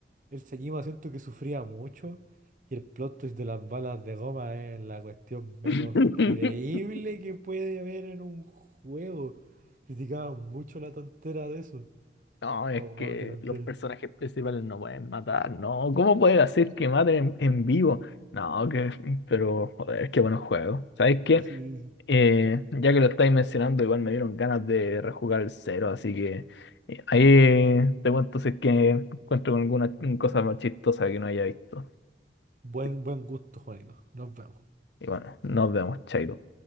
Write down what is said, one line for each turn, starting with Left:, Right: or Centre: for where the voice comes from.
Right: El Señima siento que sufría mucho. Y el plot twist de las balas de goma es la cuestión menos
Left: <laughs>
Right: creíble que puede haber en un juego. Criticaban mucho la tontera de eso.
Left: No, es
Right: No,
Left: que
Right: ah, qué tontera.
Left: los personajes principales no pueden matar, ¿no? ¿Cómo puedes hacer que maten en, en vivo? No, que, pero, joder, qué buenos juegos. ¿Sabes qué?
Right: Sí. sí.
Left: Eh, ya que lo estáis mencionando, igual me dieron ganas de rejugar el cero, así que eh, ahí te cuento si es que encuentro alguna cosa más chistosa que no haya visto.
Right: Buen,
Left: Sí,
Right: buen gusto, Juanito. Nos vemos.
Left: Y bueno, nos vemos, chaito.